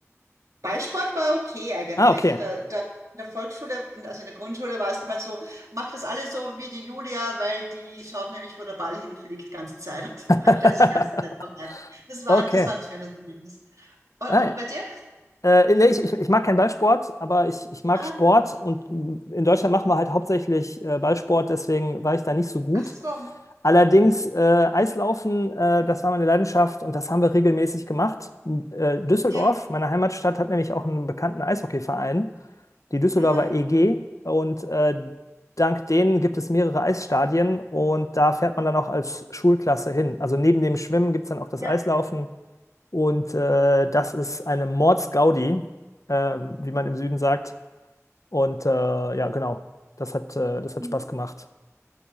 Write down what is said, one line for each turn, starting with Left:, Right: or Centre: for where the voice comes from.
Right: Ballsport war okay eigentlich.
Left: Ah, okay.
Right: Da, da, in der Volksschule, in, also in der Grundschule war es mal so, macht das alles so wie die Julia, weil die schaut nämlich, wo der Ball hinfliegt, ganze Zeit und
Left: <laughs>
Right: <laughs> stellt sich die ganze Zeit noch ein. Das war,
Left: Okay.
Right: das war ein schönes Erlebnis. Und,
Left: Ah,
Right: und
Left: ja.
Right: bei dir?
Left: Äh, nee, ich, ich, ich mag keinen Ballsport, aber ich, ich mag
Right: Aha.
Left: Sport und in Deutschland machen wir halt hauptsächlich äh, Ballsport, deswegen war ich da nicht so gut.
Right: Ach so.
Left: Allerdings
Right: Mhm.
Left: äh, Eislaufen, äh, das war meine Leidenschaft und das haben wir regelmäßig gemacht. Äh, Düsseldorf,
Right: Ja.
Left: meine Heimatstadt, hat nämlich auch einen bekannten Eishockeyverein, die Düsseldorfer
Right: Aha.
Left: EG und äh, dank denen gibt es mehrere Eisstadien und da fährt man dann auch als Schulklasse hin. Also neben dem Schwimmen gibt es dann auch das
Right: Ja.
Left: Eislaufen. Und äh, das ist eine Mordsgaudi, ähm, wie man im Süden sagt. Und äh, ja, genau, das hat, äh, das hat
Right: Mhm.
Left: Spaß gemacht.